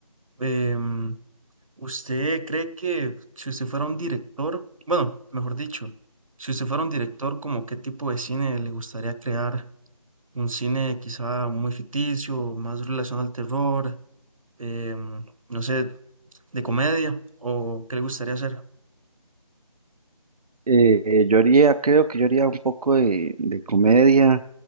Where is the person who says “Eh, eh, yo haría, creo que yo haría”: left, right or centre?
Right